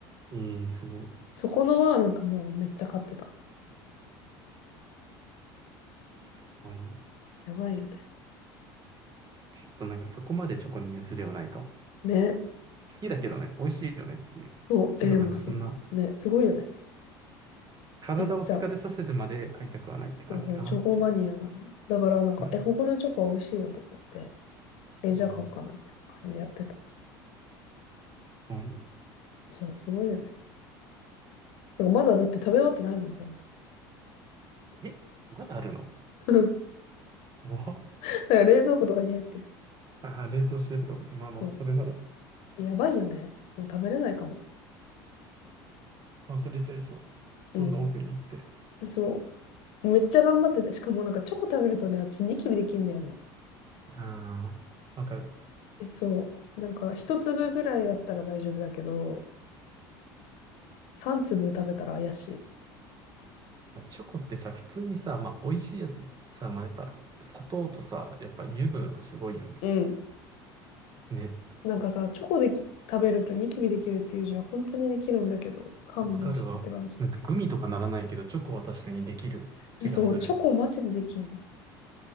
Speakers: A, on the right; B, on the left.
A: ええすごい。
B: そこのはなんかもうめっちゃ買ってた。
A: すごいね。
B: やばいよね。
A: ちょっとなんかそこまでチョコに熱量ないかも。
B: ね。
A: 好きだけどね、美味しいよねっていう。
B: そう。
A: けどなんかそんな、
B: え、でもす、ね、すごいよね。
A: 体を疲れさせてまで買いたくはないって感じかな、
B: めっちゃ。そうそう、チョコマニアなの。
A: チョコ。
B: だからなんか、
A: うん
B: え、ここのチョコは美味しいよとか言って、え、
A: えー、
B: じゃあ買おうかな、みたいな感じでやってた。
A: もう
B: そう、すごいよね。だからまだだって食べ終わってないもん、全部。
A: え、まだあるの
B: <laughs>
A: 怖っ
B: だから冷蔵庫とかに入ってる。
A: あー、冷凍してってことね。まあまあ、
B: そ
A: それなら
B: う。やばいよね。もう食べれないかも。
A: 忘れちゃいそう。
B: うん。
A: どんどん奥に行って。
B: そう。めっちゃ頑張ってて。しかもなんかチョコ食べるとね、私ニキビできんだよね。
A: ああ、わかる。
B: え、そう。なんか一粒ぐらいだったら大丈夫だけど、三粒食べたら怪しい。
A: まあチョコってさ、普通にさ、まあ、美味しいやつさ、まあ、やっぱ砂糖とさ、やっぱ油分すごいよねってい
B: うん。
A: う。ね、
B: なんかさ、チョコでき食べるとニキビできるっていうじゃん。本当にできるんだけど、勘弁してって感じ。
A: わかるわ。なんかグミとかならないけど、チョコは確かにできる気がする。
B: え、そう。チョコマジでできんの。